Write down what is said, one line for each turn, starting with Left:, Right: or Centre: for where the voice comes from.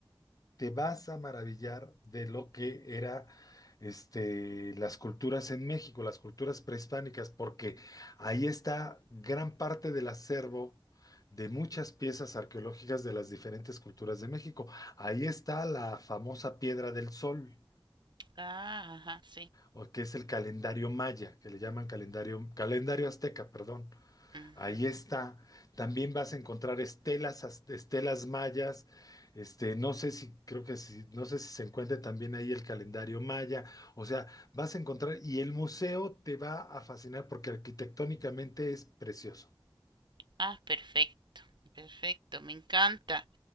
Left: te vas a maravillar de lo que era este, las culturas en México, las culturas prehispánicas, porque ahí está gran parte del acervo de muchas piezas arqueológicas de las diferentes culturas de México. Ahí está la famosa Piedra del Sol.
Right: Ah, ajá, sí.
Left: o que es el calendario maya, que le llaman calendario, calendario azteca, perdón.
Right: Ujú.
Left: Ahí está. También vas a encontrar estelas, az- estelas mayas. Este, no sé si, creo que si, no sé si se encuentra también ahí el calendario maya. O sea, vas a encontrar, y el museo te va a fascinar porque arquitectónicamente es precioso.
Right: Ah, perfecto. Perfecto, me encanta.